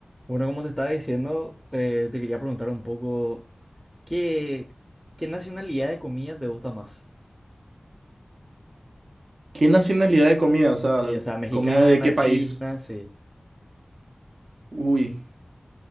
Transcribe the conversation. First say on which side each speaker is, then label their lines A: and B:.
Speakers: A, in the centre; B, on the right (about 80°).
A: Bueno, como te estaba diciendo, eh, te quería preguntar un poco, ¿qué, qué nacionalidad de comida te gusta más?
B: ¿Qué nacionalidad de comida? O sea,
A: Sí, o sea, mexicana,
B: ¿comida de qué país?
A: china, sí.
B: Uy.